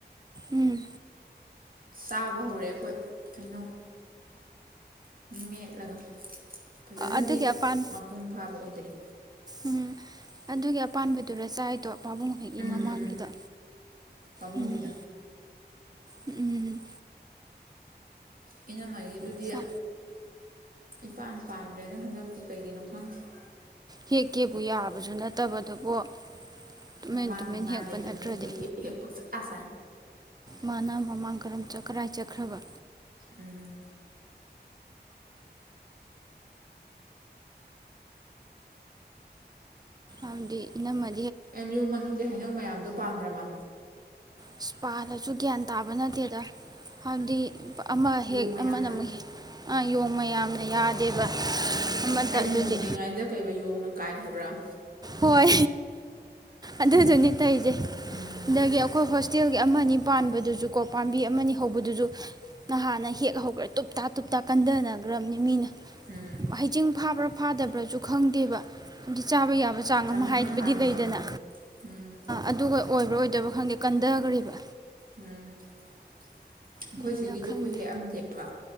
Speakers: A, on the right; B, on the right.
A: ꯎꯝ
B: ꯆꯥꯕ ꯍꯧꯔꯦ ꯑꯩꯈꯣꯏ ꯍꯩꯅꯧ ꯃꯦꯠꯂꯒ ꯐꯖꯅꯗꯤ
A: ꯑꯗꯨꯒꯤ ꯑꯄꯥꯟ
B: ꯃꯄꯨꯡ ꯐꯥꯕ ꯑꯣꯏꯗ꯭ꯔꯤ
A: ꯎꯝ ꯑꯗꯨꯒꯤ ꯑꯄꯥꯟꯕꯗꯨꯔ ꯆꯥꯏꯗꯣ ꯄꯥꯕꯨꯡ ꯍꯣꯏꯒꯤ
B: ꯎꯝ
A: ꯃꯃꯥꯡꯒꯤꯗꯣ
B: ꯎꯝ ꯄꯥꯕꯨꯡꯒꯤꯗꯣ
A: ꯎꯝ ꯎꯝ
B: ꯏꯅꯝꯃꯒꯤꯗꯨꯗꯤ
A: ꯑꯁ
B: ꯏꯄꯥꯟ ꯄꯥꯟꯗ꯭ꯔꯦꯗ ꯍꯟꯗꯛꯇꯤ ꯀꯩꯒꯤꯅꯣ ꯈꯪꯗꯦ
A: ꯍꯦꯛꯀꯦꯕꯨ ꯌꯥꯕꯁꯨ ꯅꯠꯇꯕꯗꯨꯕꯨ ꯇꯨꯃꯤꯟ
B: ꯃꯃꯥꯡꯗꯤ
A: ꯇꯨꯃꯤꯟ
B: ꯃꯥ
A: ꯍꯦꯛꯄ
B: ꯂꯩꯇꯕꯅꯤ
A: ꯅꯠꯇ꯭ꯔꯗꯤ
B: ꯑꯩꯈꯣꯏ ꯍꯦꯛ ꯍꯦꯛ ꯄꯪꯆꯥ ꯆꯥꯏ
A: ꯃꯥꯅ ꯃꯃꯥꯡ ꯀꯔꯝ ꯆꯠ ꯀꯥꯏ ꯆꯠꯈ꯭ꯔꯕ
B: ꯎꯝ
A: ꯑꯗꯤ ꯏꯅꯝꯃꯥꯅ꯫
B: ꯑꯦꯝ ꯌꯨ ꯃꯅꯨꯡꯒꯤ ꯍꯩꯅꯧ ꯃꯌꯥꯝꯗꯣ ꯄꯥꯟꯗ꯭ꯔꯕ
A: ꯏꯁꯄꯥꯂꯁꯨ ꯒ꯭ꯌꯥꯟ ꯇꯥꯕ ꯅꯠꯇꯦꯗ ꯍꯥꯏꯕꯗꯤ ꯑꯃ ꯍꯦꯛ
B: ꯌꯣꯡ ꯃꯌꯥꯝꯅ
A: ꯑꯃꯅꯃꯨꯛ ꯍꯦꯛ ꯌꯣꯡ ꯃꯌꯥꯝꯅ ꯌꯥꯗꯦꯕ ꯑꯃꯇ
B: ꯍꯩꯅ
A: ꯑꯗꯨꯗꯤ
B: ꯃꯨꯟꯗ꯭ꯔꯤꯉꯩꯗ ꯀꯩꯕ ꯌꯣꯡꯅ ꯀꯥꯏ ꯍꯥꯏꯕ꯭ꯔꯥ
A: ꯍꯣꯏ ꯑꯗꯨꯗꯨꯅꯤ ꯇꯩꯁꯦ ꯑꯗꯒꯤ
B: ꯎꯝ
A: ꯑꯩꯈꯣꯏ ꯍꯣꯁ ꯍꯣꯁꯇꯦꯜꯒꯤ ꯑꯃꯅꯤ ꯄꯥꯟꯕꯗꯨꯁꯨ ꯀꯣ ꯄꯥꯝꯕꯤ ꯑꯃꯅꯤ ꯍꯧꯕꯗꯨꯁꯨ ꯅꯍꯥꯟꯅ ꯍꯦꯛ ꯍꯧꯈ꯭ꯔꯦ ꯇꯨꯞꯇꯥ ꯇꯨꯞꯇꯥ ꯀꯟꯊꯅꯈ꯭ꯔꯕꯅꯤ ꯃꯤꯅ
B: ꯎꯝ
A: ꯍꯩꯖꯤꯡ ꯐꯥꯕ꯭ꯔ ꯐꯥꯗꯕ꯭ꯔꯁꯨ ꯈꯪꯗꯦꯕ ꯑꯗꯨꯗꯤ ꯆꯥꯕ ꯌꯥꯕ ꯆꯥꯡ
B: ꯆꯥꯅꯤꯡꯕꯅ
A: ꯑꯃ ꯍꯥꯏꯕꯗꯤ
B: ꯍꯥꯟꯕꯗꯣ
A: ꯂꯩꯗꯅ
B: ꯎꯝ ꯎꯝ
A: ꯑꯗꯨꯒ ꯑꯣꯏꯕ꯭ꯔꯣ ꯑꯣꯏꯗ ꯗꯕꯔꯥ ꯈꯪꯗꯦ ꯀꯟꯗꯥꯒꯔꯤꯕ
B: ꯎꯝ ꯑꯩꯈꯣꯏ
A: ꯑꯗꯨꯅ
B: ꯁꯤꯒꯤꯁꯨ
A: ꯈꯪꯗꯦ
B: ꯑꯩꯈꯣꯏ ꯍꯦꯛꯑꯝꯗꯦꯕ